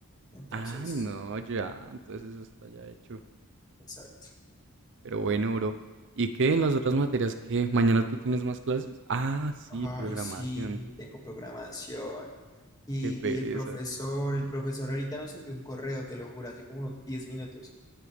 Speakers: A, on the left; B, on the right.
A: Entonces,
B: Ah, no, ya, entonces eso está ya hecho.
A: exacto.
B: Pero bueno, bro. ¿Y qué en las otras materias que mañana tú tienes más clases? Ah, sí,
A: Ay,
B: programación.
A: sí, tengo programación. Y,
B: Qué pereza.
A: y el profesor, el profesor ahorita nos envió un correo, te lo juro, hace como 10 minutos,